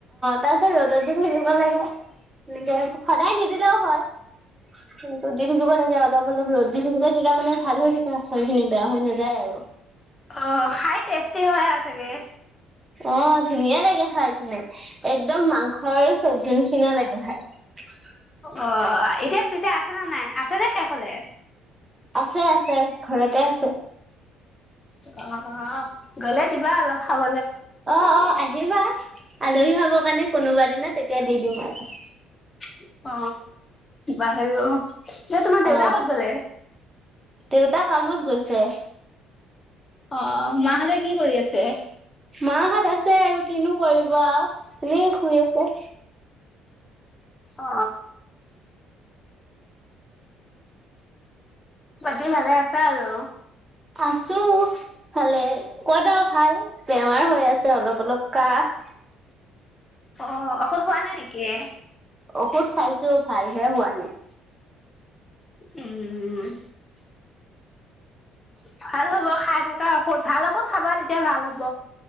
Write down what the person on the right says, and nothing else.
তাৰপিছত ৰ'দত দি থাকিব লাগে, তেনেকে সদায় নিদিলেও হয়। কিন্তু দি থাকিব লাগে অলপ অলপ ৰ'দ দি থাকিলে তেতিয়া মানে ভাল হৈ থাকে আচাৰ খিনি বেয়া হৈ নাযায় আৰু।
অ, ধুনীয়া লাগে খাই কিনে। একদম মাংসৰ চবজিন চঙা লাগে খাই।
আছে, আছে ঘৰতে আছে।
অ', অ', আহ। আহিবা আলহী খাব কাৰণে কোনোবা দিনা তেতিয়া দি দিম আৰু।
অ।
দেউতা কামত গৈছে।
মাহত আছে আৰু কিনো কৰিব আৰু এনেই শুই আছে।
আছো ভালে কত আৰ ভাল বেমাৰ হৈ আছে অলপ, অলপ কাহ।
ঔষধ খাইছো, ভালহে হোৱা নাই।